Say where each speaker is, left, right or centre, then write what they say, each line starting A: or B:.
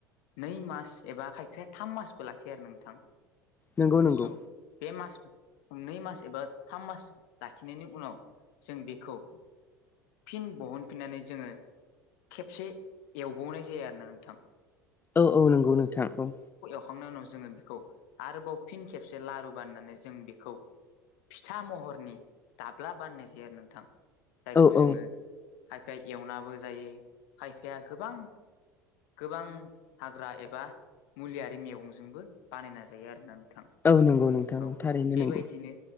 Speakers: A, on the left; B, on the left.
A: नै मास एबा खायफाया थाम मासबो लाखियो आरो नोंथां।
B: नंगौ नंगौ
A: औ बे मास नै मास एबा थाम मास लाखिनायनि उनाव जों बेखौ फिन बहनफिननानै जोङो खेबसे एवबावनाय जायो आरोना नोंथां।
B: औ औ नोंगौ नोंथां औ।
A: खांनाय उनाव जोङो बिखौ आरोबाव फिन खेबसे लारु बानायनानै जों बेखौ फिथा महरनि दाब्ला बानायनाय जायो आरो नोंथां जायखौ
B: औ
A: जोङो
B: औ
A: खायफाया एवनाबो जायो खायफाया गोबां गोबां हाग्रा एबा मुलियारि मेगंजोंबो बानायना जायो आरो नों थां
B: औ नंगौ नोंथां
A: औ
B: थारैनो
A: बेबायदिनो
B: नंगौ